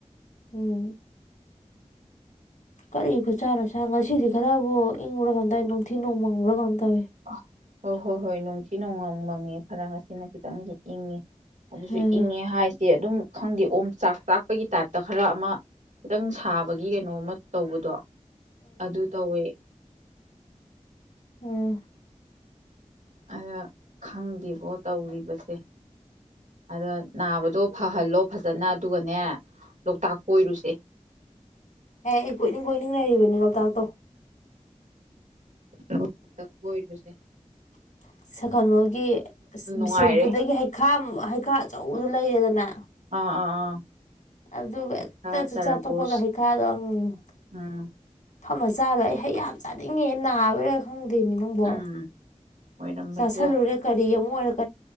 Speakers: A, on the left; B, on the right.
A: ꯎꯝ ꯀꯔꯤ ꯈꯨ ꯁꯥ ꯂꯛꯁꯥ ꯅꯣ ꯉꯁꯤꯗꯤ ꯈꯔꯕꯨ ꯏꯪꯕꯔꯥ ꯀꯩꯅꯣꯝ ꯇꯧꯏ ꯅꯨꯡꯊꯤ ꯅꯣꯡ ꯃꯪꯕ꯭ꯔꯥꯟꯗ ꯇꯋꯦ
B: ꯑ ꯍꯣꯏ ꯍꯣꯏ ꯍꯣꯏ ꯅꯨꯡꯊꯤ ꯅꯣꯡꯃꯡ ꯃꯪꯉꯦ ꯈꯔꯥ ꯉꯁꯤꯅ ꯈꯤꯇꯪꯗꯤ ꯏꯪꯉꯦ ꯑꯗꯨꯁꯨ
A: ꯑꯥ
B: ꯏꯪꯉꯦ ꯍꯥꯏꯁꯦ ꯑꯗꯨꯝ ꯈꯪꯗꯦ ꯑꯣꯝ ꯆꯥꯛ ꯆꯥꯛꯄꯒꯤ ꯇꯥꯏꯞꯇ ꯈꯔ ꯑꯃ ꯈꯤꯇꯪ ꯁꯥꯕꯒꯤ ꯀꯩꯅꯣꯃ ꯇꯧꯕꯗꯣ ꯑꯗꯨ ꯇꯧꯋꯦ
A: ꯎꯝ
B: ꯑꯗ ꯈꯪꯗꯦꯕꯣ ꯇꯧꯔꯤꯕꯁꯦ ꯑꯗ ꯅꯥꯕꯗꯣ ꯐꯍꯜꯂꯣ ꯐꯖꯅ ꯑꯗꯨꯒꯅꯦ ꯂꯣꯛꯇꯥꯛ ꯀꯣꯏꯔꯨꯁꯦ
A: ꯑꯦ ꯑꯩ ꯀꯣꯏꯅꯤꯡ ꯀꯣꯏꯅꯤꯡ ꯂꯩꯔꯤꯕꯅꯤ ꯂꯣꯛꯇꯥꯛꯇꯣ
B: <unintelligible> ꯁꯦ
A: <unintelligible> ꯁꯀꯩꯅꯣꯜꯒꯤ
B: ꯅꯨꯡꯉꯥꯏꯔꯦ
A: ꯕꯤꯁꯦꯝꯄꯨꯔꯗꯒꯤ ꯍꯩꯈꯥ ꯍꯩꯈꯥ ꯑꯆꯧꯕꯗ ꯂꯩꯔꯦꯗꯅ
B: ꯑꯥ <inaudible>
A: ꯑꯗꯨꯒ
B: ꯍꯩꯈꯥ
A: ꯍꯦꯛꯇ ꯆꯥꯛ
B: ꯇꯔꯕꯨꯁ
A: ꯆꯥꯊꯣꯛꯄꯒ ꯍꯩꯈꯥꯗꯣ <unintelligible>
B: ꯎꯝ
A: ꯐꯝꯃ <unintelligible> ꯑꯩ ꯍꯩ ꯌꯥꯝ ꯆꯥꯅꯤꯡꯉꯦ ꯅꯥꯕꯩꯔꯥ ꯈꯪꯗ꯭ꯔꯦ <unintelligible>
B: ꯎꯝ ꯑꯣꯏꯔꯝꯕꯁꯨ
A: ꯆꯁꯤꯂꯨꯔꯦ
B: ꯌꯥꯏ
A: ꯀꯔꯤ ꯑꯃꯨꯛ ꯑꯣ <unintelligible>